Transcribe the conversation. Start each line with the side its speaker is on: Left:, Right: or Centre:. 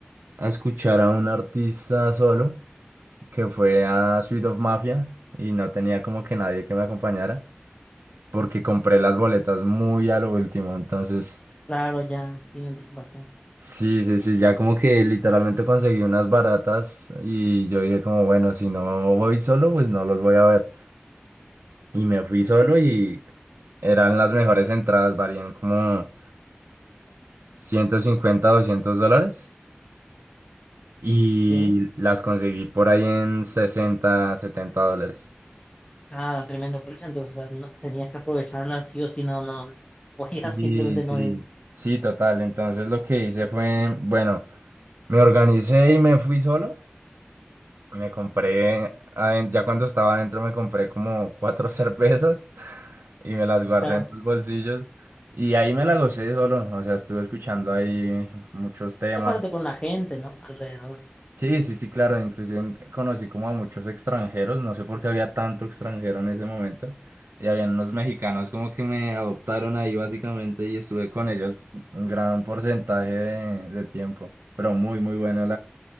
Right: a escuchar a un artista solo, que fue a Suite of Mafia, y no tenía como que nadie que me acompañara. porque compré las boletas muy a lo último. Entonces,
Left: Claro, ya, sin anticipación.
Right: sí, sí, sí, ya como que literalmente conseguí unas baratas y yo dije como, bueno, si no voy solo, pues no los voy a ver. Y me fui solo y eran las mejores entradas, varían como 150 200 dólares y
Left: Sí.
Right: las conseguí por ahí en 60 70 dólares.
Left: Ah, tremendo precio. Entonces, o sea, no, tenías que aprovecharla sí o sí, no, no. <laughs> Podías
Right: Sí,
Left: simplemente
Right: sí,
Left: no ir.
Right: sí, total. Entonces lo que hice fue, bueno, me organicé y me fui solo. Y me compré, aden- ya cuando estaba adentro me compré como cuatro <laughs> cervezas y me las guardé
Left: Claro.
Right: en los bolsillos. Y ahí me la gocé solo, o sea, estuve escuchando ahí muchos temas.
Left: Y aparte con la gente, ¿no? Alrededor.
Right: Sí, sí, sí, claro, inclusive en- conocí como a muchos extranjeros, no sé por qué había tanto extranjero en ese momento. Y había unos mexicanos como que me adoptaron ahí básicamente y estuve con ellos un gran porcentaje de, de tiempo. Pero muy, muy bueno